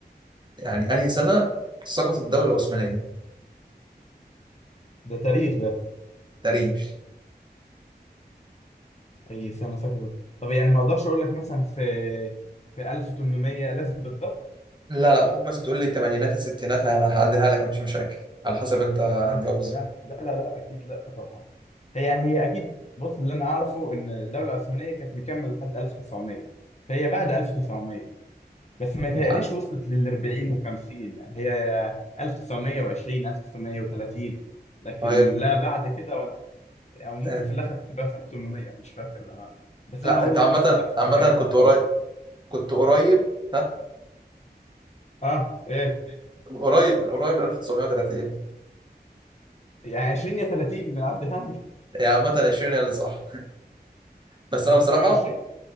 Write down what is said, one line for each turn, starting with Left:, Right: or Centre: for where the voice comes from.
Right: يعني أي سنة سقطت الدولة العثمانية
Left: ده تاريخ ده
Right: تاريخ
Left: اي سنه سقطت طب يعني ما اقدرش اقول لك مثلا في في 1800 لازم بالظبط
Right: لا لا ممكن مثلا تقول لي الثمانينات الستينات أنا هعديها لك مش مشاكل على حسب أنت هتجاوب
Left: تمانينات ستينات
Right: ازاي
Left: لا لا لا اكيد لا طبعا هي يعني هي اكيد بص اللي انا اعرفه ان الدوله العثمانيه كانت مكمله لحد 1900 فهي بعد 1900 بس ما يتهيأليش
Right: الحق.
Left: وصلت لل 40 و50 يعني هي 1920 1930 لكن
Right: طيب
Left: لا بعد كده ولا يعني ممكن
Right: آه،
Left: في الاخر تبقى في 1800 انا مش فاكر الامانه بس
Right: لا
Left: انا هقول
Right: أنت
Left: لك
Right: عامة
Left: مثلا 1930
Right: عامة كنت قريب كنت قريب ها
Left: اه ايه
Right: قريب قريب ل 1930
Left: يعني 20 يا 30 عديها لي
Right: هي عامة 20 هي اللي صح بس أنا
Left: 1920
Right: بصراحة